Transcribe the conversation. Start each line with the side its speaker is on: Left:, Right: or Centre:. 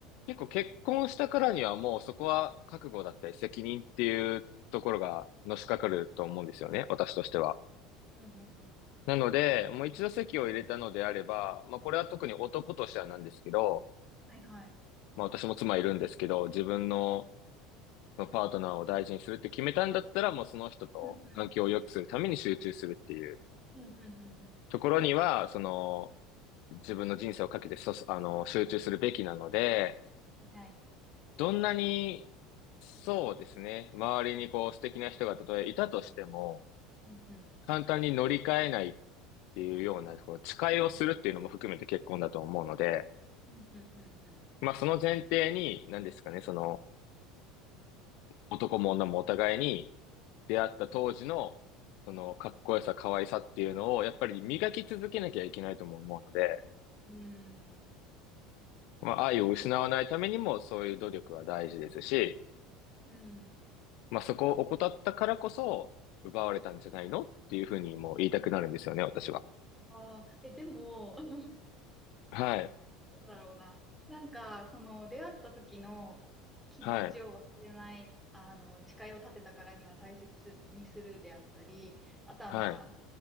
Left: 結構結婚したからにはもうそこは覚悟だったり責任っていうところがのしかかると思うんですよね。私としては。
Centre: うん、うん、うん。
Left: なので、もう一度籍を入れたのであれば、まあこれは特に男としてはなんですけど、
Centre: はいはい。
Left: まあ私も妻いるんですけど、自分のまあパートナーを大事にするって決めたんだったら、もうその人と環境を良くするために集中するっていう
Centre: うん、うん、うん、うん、うん。うん
Left: ところには、その自分の人生をかけてそ、あの、集中するべきなので、
Centre: はい。
Left: どんなに、そうですね、周りにこう素敵な人がたとえいたとしても、
Centre: うん、うん、
Left: 簡単に乗り換えないっていうような、こう誓いをするっていうのも含めて結婚だと思うので、
Centre: うん、うん、
Left: まあその前提に、何ですかね、その男も女もお互いに、出会った当時の、その、かっこよさ、可愛さっていうのを、やっぱり磨き続けなきゃいけないとも思うので、
Centre: うん。うん、うーん。
Left: まあ、愛を失わないためにも、そういう努力は大事ですし、
Centre: うん
Left: まあ、そこを怠ったからこそ、奪われたんじゃないのっていうふうにもう言いたくなるんですよね、私は。
Centre: ああえ、でも、<laughs>
Left: はい、
Centre: どうだろうな。なんか、その、出会った時の気持ちを忘れない、
Left: はい、
Centre: あの、誓いを立てたからには大切するにするであったり、あとはまあ、
Left: はい、